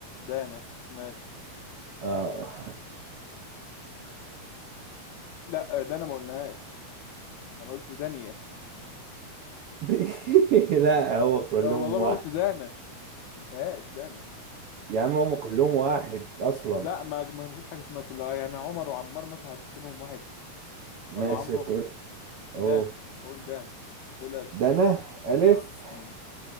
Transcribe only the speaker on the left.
دانا ماشي
لا دانا ما قلناهاش انا قلت دانية
<laughs>
ده والله ما
قلت دانا قلتهاش دانا
لا ما ما فيش حاجة اسمها كلها يعني عمر وعمار مثلا هتحسبهم واحد
ولا عمرو
دانا قول دانا قول ألف
بقى
اه مم.